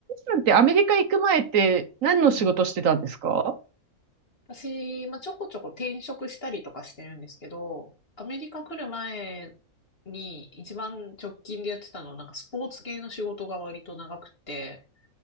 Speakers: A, on the right; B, on the left.
A: さんってアメリカ行く前って何の仕事してたんですか
B: うん、私、まあ、ちょこちょこ転職したりとかしてるんですけど、アメリカ来る前に一番直近でやってたのは、なんかスポーツ系の仕事が割と長くて、